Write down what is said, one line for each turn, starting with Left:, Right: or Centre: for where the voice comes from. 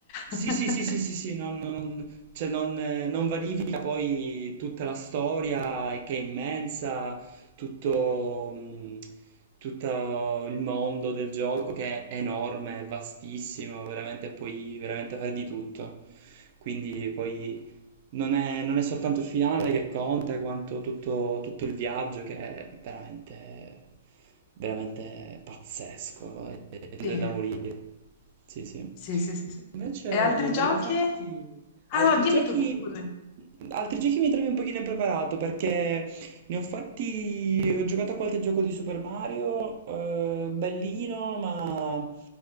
Right: Sì,
Left: <laughs>
Right: sì, sì, sì, sì, sì, non, non- cioè non, eh, non vanifica poi tutta la storia eh, che è immensa, tutto, mh, tutto il mondo del gioco che è enorme, è vastissimo, veramente puoi veramente fare di tutto. Quindi poi non è, non è soltanto il finale che conta, quanto tutto, tutto il viaggio che è veramente, veramente pazzesco, è, è
Left: Sì.
Right: da morire. Sì, sì.
Left: Sì, sì, sì, sì.
Right: Invece
Left: E altri
Right: volevo
Left: giochi?
Right: farti
Left: Ah
Right: altri
Left: no, dimmi
Right: giochi.
Left: tutto, scusami.
Right: Altri giochi mi trovi un pochino impreparato perché ne ho fatti. Ho giocato a qualche gioco di Super Mario, eh, bellino, ma